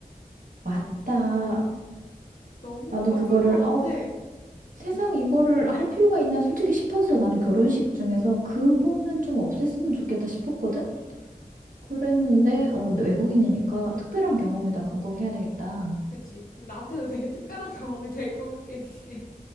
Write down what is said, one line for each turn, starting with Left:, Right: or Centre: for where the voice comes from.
Right: 맞다.
Left: <laughs> 너무
Right: 나도
Left: 바쁠
Right: 그거를
Left: 것 같아.
Right: 어 세상 이거를 할 필요가 있나 솔직히 싶어서 나는 결혼식
Left: 응 응응응응
Right: 중에서 그거는 좀 없앴으면 좋겠다 싶었거든? 그랬는데, 어, 외국인이니까 특별한 경험에다 근거해야 되겠다.
Left: 그지. 근데 나한테도 되게 특별한 <laughs> 경험이 될 것 같긴 해.